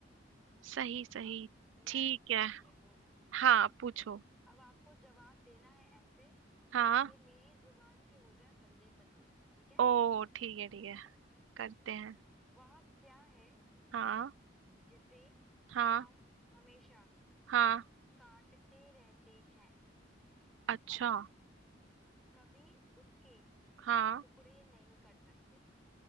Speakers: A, on the right; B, in the centre.
A: सही सही
B: अब मैं
A: ठीक
B: पूछती
A: है
B: हूँ
A: हाँ पूछो
B: अब आपको जवाब देना है ऐसे
A: हाँ
B: कि मेरी जुबान की हो जाए बल्ले बल्ले ठीक है
A: ओ ठीक है ठीक है करते हैं
B: वह क्या है
A: हाँ
B: जिसे
A: हाँ
B: हम हमेशा
A: हाँ
B: काटते रहते हैं
A: अच्छा
B: मगर कभी उसके
A: हाँ
B: टुकड़े नहीं कर सकते